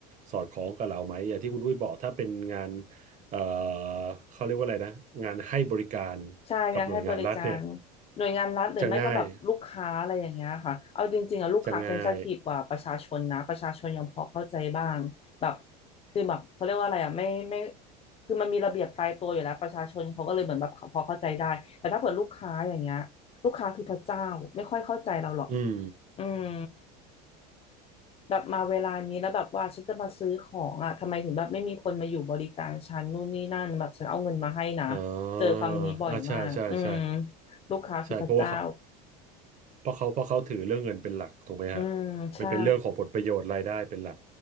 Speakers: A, on the right; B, on the left.
A: สอดคล้องกับเราไหมอย่างที่คุณดุ้ยบอกถ้าเป็นงานเอ่อเขาเรียกว่าอะไรนะงานให้บริการ
B: ใช่งานให้บริการ
A: กับหน่วยงานรัฐเนี่ย
B: หน่วยงานรัฐหรือไม่ก็แบบลูกค้าอะไรอย่างเงี้ยค่ะเอาจริงๆอะลูกค้าเซน
A: จะง่ายจะง่าย
B: i ิทีฟกว่าประชาชนนะประชาชนยังพอเข้าใจบ้างแบบคือแบบเขาเรียกว่าอะไรอะไม่ไม่คือมันมีระเบียบตายตัวอยู่แล้วประชาชนเขาก็เลยเหมือนแบบพอเข้าใจได้แต่ถ้าเปิดลูกค้าอย่างเงี้ยลูกค้าคือพระเจ้าไม่ค่อยเข้าใจเราหรอก
A: อืม
B: อืม แบบมาเวลานี้แล้วแบบว่าฉันจะมาซื้อของอ่ะทำไมถึงแบบไม่มีคนมาอยู่บริการฉันนู่นนี่นั่นแบบฉันเอาเงินมาให้นะ
A: อ๋อ
B: เจอคำนี้บ่อยมากอืม
A: อ่าใช่ ใช่ ใช่
B: ลูกค้าคือพระเจ้า
A: ใช่เพราะว่าเขาเพราะเขาเพราะเขาถือเรื่องเงินเป็นหลักถูกไหมฮะ
B: อืมใช่
A: มันเป็นเรื่องของผลประโยชน์รายได้เป็นหลัก